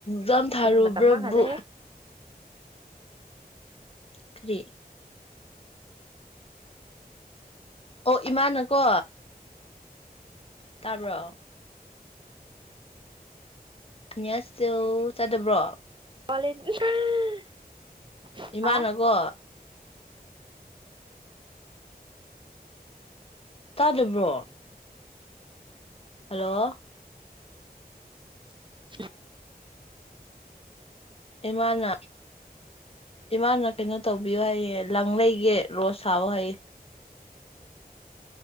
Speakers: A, on the left; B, on the right.
A: ꯖꯥꯝ ꯊꯥꯔꯨꯕ꯭ꯔꯕꯨ
B: ꯃꯇꯝ ꯃꯥꯡꯍꯜꯂꯦꯍꯦ
A: ꯀꯔꯤ ꯑꯣ ꯏꯃꯥꯅꯀꯣ ꯇꯥꯕ꯭ꯔꯣ <unintelligible> ꯇꯥꯗꯕ꯭ꯔꯣ
B: <unintelligible>
A: ꯏꯃꯥꯅ
B: ꯑꯦ
A: ꯀꯣ ꯇꯥꯗꯕ꯭ꯔꯣ ꯍꯜꯂꯣ
B: <unintelligible>
A: ꯏꯃꯥꯅ ꯏꯃꯥꯅ ꯀꯩꯅꯣ ꯇꯧꯕꯤꯌꯨ ꯍꯥꯏꯌꯦ ꯂꯪ ꯂꯩꯒꯦ ꯔꯣꯁ ꯁꯥꯑꯣ ꯍꯥꯏꯌꯦ